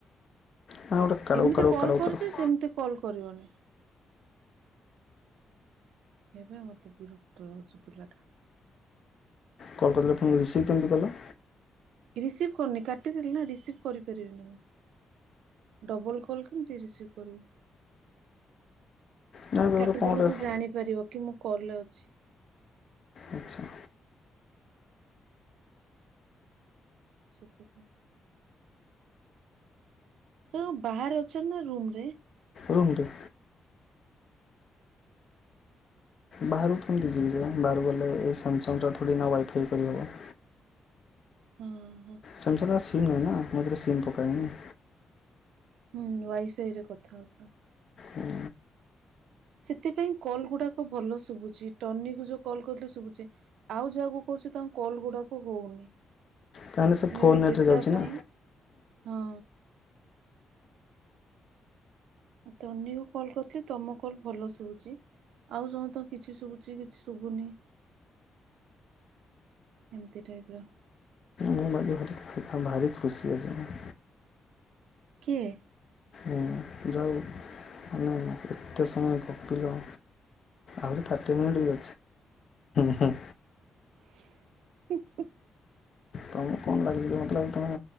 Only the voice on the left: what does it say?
ନା ଗୋଟେ କାଡ଼ଉ
କାଡ଼ଉ
କାଡ଼ଉ
କାଡ଼ଉ
କଲ୍ କଲେ ପୁଣି ରିସିଭ୍ କେମିତି କଲ।
ନା ଏବେ
ଗୋଟେ କଣ ଗୋଟେ
ଆଚ୍ଛା।
ରୁମ୍ ତୁ ବାହାରୁ କେମିତି ଯିବି ଯେ ବାହାରୁ କୁ ଗଲେ ଏଇ ସାମସଙ୍ଗଟା ଥୋଡ଼ି ନା ୱାଇଫାଇ କରିହେବ।
ସାମସଙ୍ଗ ସିମ୍ ନାହିଁ ନା ମୁ ଏଥିରେ ସିମ୍ ପକାଏନି।
ହୁଁ।
କାହିଁକିନା ସେ ଫୋନ୍
ନେଟ୍ରେ
ଯାଉଛି
ନା
ମୁଁ ମୋର ବାହାରି <unintelligible> ବାହାରି ଖୁସି ଆଜି ମୁଁ।
ଏଁ ଯଉ ମାନେ ଏତେ ସମୟ ଗପିଲ। ଆହୁରି ଥାର୍ଟି ମିନିଟ୍ ବି ଅଛି।
ତମୁକୁ କଣ ଲାଗୁଚି ଯେ ମତେ ଲାଗୁଚି ତମେ